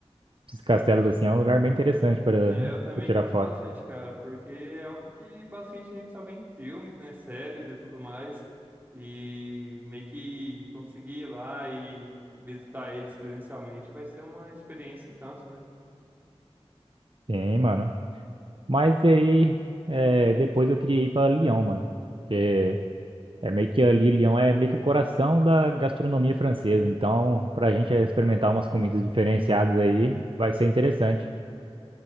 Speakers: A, on the right (about 55°); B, on the right (about 20°).
A: Esses castelos, assim, é um lugar bem interessante para
B: É, eu também
A: para tirar
B: curto
A: foto.
B: bastante, cara, porque é algo que bastante a gente só vê em filmes, né, séries e tudo mais, e meio que conseguir ir lá e visitar eles presencialmente vai ser uma experiência e tanto, né?
A: Sim, mano. Mas e aí, é, depois eu queria ir para Lyon, mano. Porque é meio que ali, Lyon é meio que o coração da gastronomia francesa. Então, pra gente experimentar umas comidas diferenciadas aí, vai ser interessante.